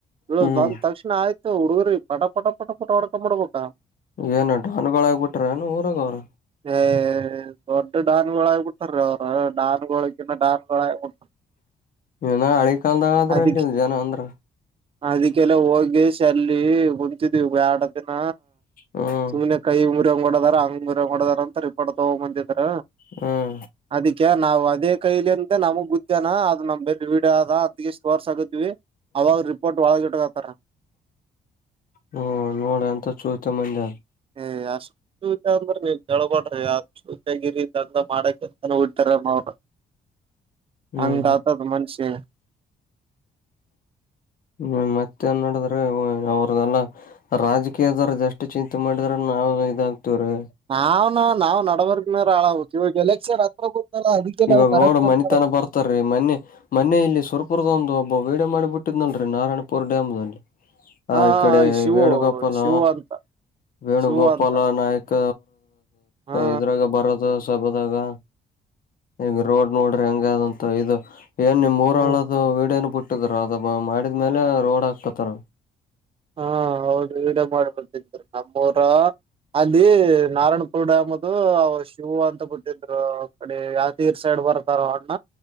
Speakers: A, on the right; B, on the left.
A: ಹೇಳ
B: ಹ್ಮ್
A: ಬಂದ್ ತಕ್ಷಣ ಆಯ್ತು ಹುಡುಗ್ರ ಪಟ ಪಟ ಪಟ ಪಟ ಹಡ್ಕ ಮಾಡ್ಬಬೇಕಾ
B: ಏನು ಾನುಗಳಾಗಬಿಟ್ರ ಏನು ಊರಾಗ ಅವ್ರ
A: ಹ್ಮ ದೊಡ್ ಡಾನಗಳಗಕೊಟ್ಟಾರ ಅವ ಡಾನಗಳುಳ ಡಾನಗಳಾಯಕಟ್ಟ
B: ಇನ ಹಳಿ ಕಾಲ್ದಾಗ ಆದ್ರಲ್ಲಿ
A: ಅದಕ್ಕೆ
B: ಜನ ಅಂದ್ರ
A: ಅದಕ್ಕೆಲ್ಲ ಹೋಗಿ ಅಲ್ಲಿ ಹೊಂಂತಿದವಿ ವ್ಯಾಡ ದಿನ
B: ಹ್ಮ್
A: ಸುಮ್ಮ್ನೆ ಕೈಿ ಂಗಡದಾರ ಹಂಗಂಗಡದಾರ ಅಂತ ಇ ತಗೊಂಡ್ ಬಂದಿದಾರ
B: ಹ್ಮ್
A: ಅದಕ್ಕೆ ನಾವು ಅದೇ ಕೈಲಿ ಅಂತ ನಮಗ್ ಗುದ್ಯಾನ ಅದು ನಮ ಬೆಲ್ ವಡ ಆದ ಅದ್ಗೆಷ್ಟು ತೋರ್ಸಗುತ್ತೆ ಅವಾಗ ರಿಪೋರ್ಟ್ ಒಳಗಟ್ಟತಾರ
B: ಹ್ಮ ನೋಡ್ರ ಅಂತ ಚೋತೆ ಮಂದ
A: ಏ ಅಷ್ಟ್ೂತ ಅಂದ್ರ ನೀ ಕೆಳ್ಬಡ್ರಿ ಯೂತ ಗಿರಿ ದಡ ಮಾಡಕಂತಾನ ಹಡ್ತಾರರು
B: ಹ್ಮ್
A: ಅಂಗಾತದ ಮನ್ಷಿ
B: ಹ್ಮ ಮತ್ತೆ ನ್ ನಡಿದ್ರೆ ಅವ್ರಲ್ಲ ರಾಜಕೀಯದವ್ರಷ್ಟು ಚಿಂತೆ ಮಾಡಿದ್ರ ನಾವವು ಇದಾಗ್ತಿವ್ರೀ
A: ನಾವ್ ನ ನಾವ್ ನಡವರ್ಗನ ಹಾಳಾಗು ಇವಾಗ ಎಲೆಕ್ಷನ್ ಹತ್ರ ಗೊತ್ತಾ ಅದಕ್ಕೆ
B: ಇವಾಗ
A: ನಾವು ಕರಪ್ನ್
B: ನೋಡ ಮನಿತನ ಬರ್ತಾರೀ ಮೊ ಮನೆ ಇಲ್ಲಿ ಸುರಪುರದ ಒಂದು ಒಬ್ಬ ವೀಡ ಮಾಡಿಬ ಬಿಟ್ಟಿದ್ನಲ್ರರಿ ನಾರಾಯಣಪುರ್ ಡ್ಯಾಮ್ ಅಲ್ಲಿ ಹ
A: ಹಾ
B: ಇ ಕಡೆ
A: ಶಿವು
B: ವೇಣುಗೋಪಾಲ್
A: ಶಿವು ಅಂತ
B: ವೇಣುಗೋಪಾಲ
A: ಶಿವು ಅಂತ
B: ನಾಯಕ
A: ಹಾ
B: ಇದ್ರಾಗ ಬರದ ಹಾಗ ಈಗ ರೋಡ್ ನೋಡ್ರಿ ಹೆಂಗದಂತ ಇದು ಏನ್ ನಿಮ್ ಮೂರ
A: ಹಾ
B: ಹಳದ ವೀಡನು ಬಿಟ್ಟಿದರ ಅದಬ ಮಾಡಿದ್ಮೇಲೆ ರೋಡ್ ಹಾಕತಾರ
A: ಹಾ ಅವರುಡ ಮಾಡಬರ್ತ ನ ಅವರ ಅಲ್ಲಿ ನಾರಾಯಣಪುರ್ ಡ್ಯಾಮ್ ಅದು ಶಿವವು ಅಂತ ಬಿಟ್ಟಿದ್ರು ಅ ಯ ತೀರ್ ಸೈಡ್ ಬರ್ತಾರೋ ಅಣ್ಣ